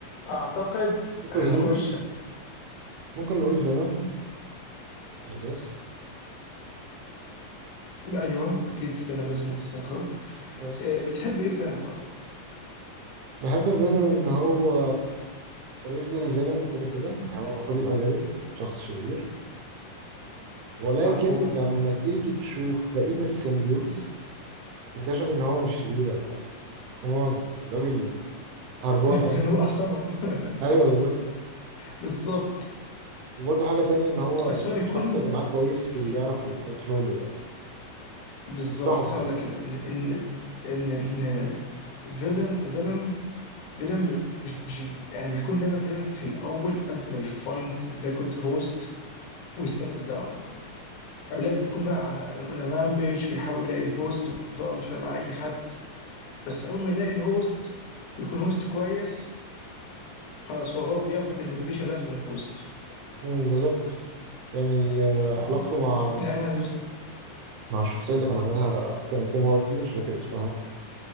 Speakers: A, on the left; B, on the right.
A: اعتقد هنخش
B: هيروز ممكن نقول فينوم I guess
A: ايوه اكيد فينم لازم يتذكر
B: يس
A: إيه، بتحب ايه فينم بقى؟
B: بحب فينوم إن هو اوريجينالي فيلن كده كده يعني هو المفروض يبقى فيلن شخص شرير ولكن
A: المفروض
B: لما
A: اه
B: تيجي تشوف بقية السيمبيوتس اكتشف إن هو مش شرير ولا حاجة كمان راجل هربان
A: <laughs>
B: أصلا
A: هو احسنهم <laughs>
B: أيوه بالظبط
A: بالظبط
B: وبرضه حاجة تانية إن هو
A: بس
B: لو
A: هو بيكون
B: الشخص اللي معاه كويس
A: في-
B: بيعرف يكونترولو يعني
A: بالظبط
B: صاحبه
A: كنت
B: طبعا
A: هقول لك كده ان ان ان ال- فيلن فينوم فينوم مش يعني بيكون دايما فيلن في الاول قبل ما يفايند ذا جود هوست ويسيتل داون قبلها بيكون بقى على اون رامبيج بيحاول يلاقي الهوست وطبعا مش فاهم مع اي حد بس اول ما يلاقي الهوست يكون هوست كويس خلاص هو هو بياخد الموتيفيشن بتاعته من الهوست
B: مم، بالظبط يعني آه، علاقته مع
A: يعني
B: مع الشخصية اللي كان عاملها تيم تيم هاردي مش فاكر اسمها